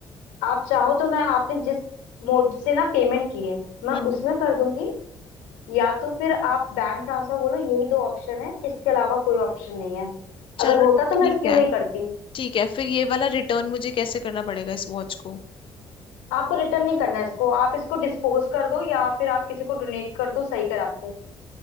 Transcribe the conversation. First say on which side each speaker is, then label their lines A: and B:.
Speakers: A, on the left; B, on the left.
A: आप चाहो तो मैं आपने जिस मोड से ना पेमेंट की है मैं
B: हम्म
A: उसमें कर दूंगी या तो फिर आप बैंक ट्रांसफर बोलो यही दो ऑप्शन है इसके अलावा कोई ऑप्शन नहीं है
B: चलो
A: अगर होता तो
B: ठीक
A: मैं इसकी
B: है
A: नहीं करती
B: ठीक है फिर ये वाला रिटर्न मुझे कैसे करना पड़ेगा इस वॉच को
A: आपको रिटर्न नहीं करना है इसको आप इसको डिस्पोज कर दो या फिर आप किसी को डोनेट कर दो सही करा के